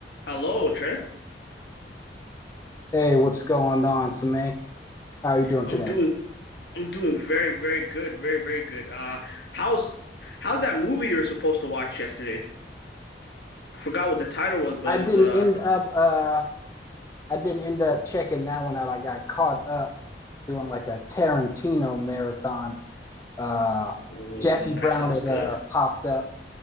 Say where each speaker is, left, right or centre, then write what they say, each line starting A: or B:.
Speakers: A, on the left; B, on the left.
A: Hello, sir.
B: Hey, what's going on, Samay? How are you doing
A: I'm
B: today?
A: doing I'm doing very, very good, very, very good. Uh, how's how's that movie you were supposed to watch yesterday? I forgot what the title was, but
B: I
A: it
B: didn't
A: was uh
B: end up uh I didn't end up checking that one out. I got caught up doing like a Tarantino marathon. Uh
A: ooh,
B: Jackie Brown
A: that sounds
B: had
A: good.
B: uh popped up.